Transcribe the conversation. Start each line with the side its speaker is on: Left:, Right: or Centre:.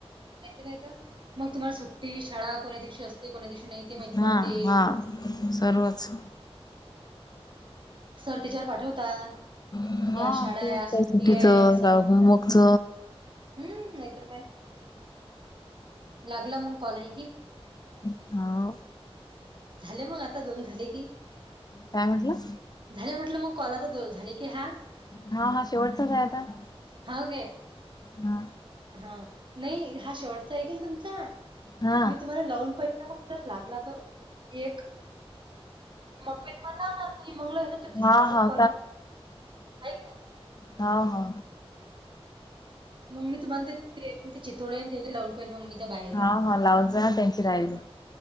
Right: नाहीतर काहीतर, मगं तुम्हाला सुट्टी शाळा कोन्या दिवशी असते? कोण्या दिवशी नाही ते माहीत
Left: हा
Right: पडते.
Left: हा, सर्वच.
Right: सर तिच्यावर, पाठवतात.
Left: हा
Right: की आज शाळा
Left: तेच
Right: आहे, या सुट्टी
Left: काय सुट्टीचं
Right: आहे सन
Left: का होमवर्कच
Right: हम्म नाहीतर काय? लागला मगं कॉल आहे कि
Left: ह ओ.
Right: झाले मग, आता दोन झाले की.
Left: काय म्हटलं?
Right: झाले म्हटलं मग, कॉल आता दो झाले की हा.
Left: हा हा, शेवटचच आहे आता.
Right: हो गे
Left: हा
Right: हा नाही हा शेवटचा आहे की नई तुमचा?
Left: हा
Right: मी तुम्हाला लावून पहिलं मग जर लागला तर एक. मग काही तुम्हाला लावणार नाही, मंग तुमचे सासात
Left: हा हा
Right: कॉल म्हण आहे क नाही.
Left: ह हा.
Right: मग, मी तुम्हाला ते तेग ते चितोडे ते लावून. पण मगं मी त्या बायले
Left: हा हा, लावुनजा त्यांची राहिली.